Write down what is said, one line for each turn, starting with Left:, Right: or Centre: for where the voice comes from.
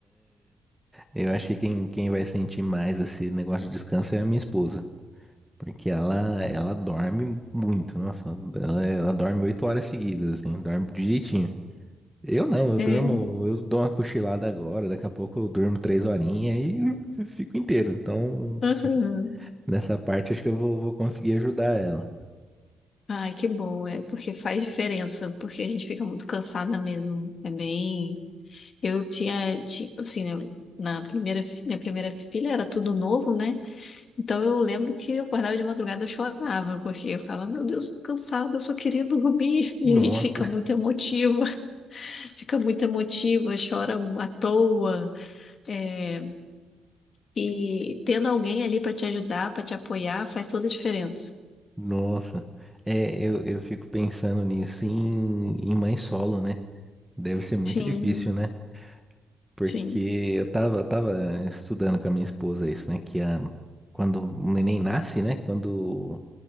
Centre: Eu acho que quem, quem vai sentir mais esse negócio de descanso é a minha esposa. Porque ela, ela dorme muito, nossa, ela, ela dorme oito horas seguidas, assim, dorme direitinho. Eu não, eu
Left: É.
Centre: durmo, eu dou uma cochilada agora, daqui a pouco eu durmo três horinhas e eu fico inteiro. Então,
Left: Aham.
Centre: nessa parte acho que eu vou, vou conseguir ajudar ela.
Left: Ai, que bom, é porque faz diferença, porque a gente fica muito cansada mesmo. É bem. Eu tinha, ti- assim, né, na primeira, fi- minha primeira filha era tudo novo, né? Então eu lembro que eu acordava de madrugada, eu chorava, porque eu falava, meu Deus, tô cansada, eu só queria dormir. <laughs> E
Centre: Nossa,
Left: a gente fica
Centre: <laughs>
Left: muito emotiva, <laughs> fica muito emotiva, chora à toa. É, E tendo alguém ali pra te ajudar, pra te apoiar, faz toda a diferença.
Centre: nossa. É, eu, eu fico pensando nisso em, em mãe solo, né? Deve ser muito
Left: Sim,
Centre: difícil, né? Porque
Left: sim.
Centre: eu tava, eu tava estudando com a minha esposa isso, né? Que a, quando o neném nasce, né? Quando